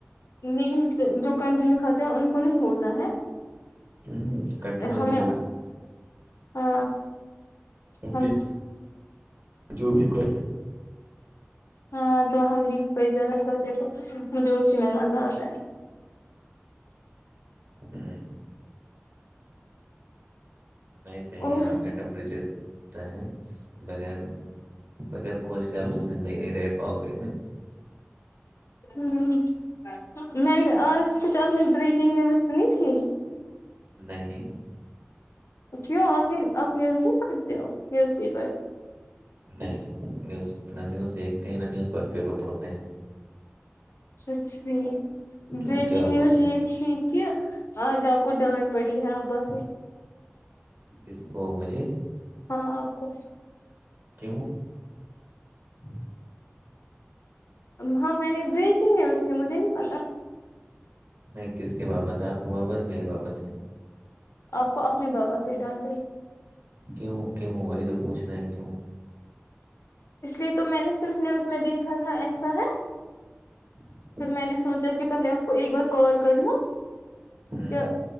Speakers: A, on the left (about 75°); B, on the right (about 65°).
A: لیکن جو کنٹینیو کھاتے ہیں ان کو نہیں ہوتا ہے
B: ہوں کنٹینیو
A: ہ ہمیں
B: تو جو
A: ہاں
B: کنٹینیو
A: ہم
B: جو بھی کو
A: ہاں تو ہم بھی پزہ کاتے تو مجھے اسی میں مزہ آتا ہے
B: ہوں نہیں صحیح
A: اور
B: ہے آپ کے یہاں ٹمپریچر ا ہے بغیر بگر کوچ کر آپوگ زندگی نہیں رہ پاؤ گے
A: ہوں میں نے آز کچھ آپ نے بریکنگ نیوز سنی تھی
B: دہیں
A: کیوں آپ نہیں آپ نیوز نہیں کرتے ہو نیوز پیپر
B: نہیں نیوز نہ نیوز دیکھتے ہیں نہ نیوز پیپر پڑھتے ہیں
A: اچھا ٹھیک
B: کیوں
A: بریکنگ
B: کیا ہوا
A: نیوز یہ کہ آج آپ کو ڈانڈ پڑی ہے ابا سے
B: جس کو مجھے
A: ہاں آپ کو
B: کہ وہوں
A: جچ <unintelligible> ہاں میں نے بریکنگ نیوز تھی مجھے نہیں پتا
B: میں کس کے وابپس ہے آپ کو وابس میرے وپس ہیں
A: آپ کو اپنے بابا سے ڈال پڑے
B: کیوں کیوں وہی تو پوچھناے ہے کیوں
A: اس لیے تو میں نے صرف نیوز میں دیکھا تھا ایسا ہے
B: ہ <unintelligible>
A: پھر میں نے سوچا کہ پہلے آپ کو ایک بار کال کر لوں
B: ہوں،
A: کہ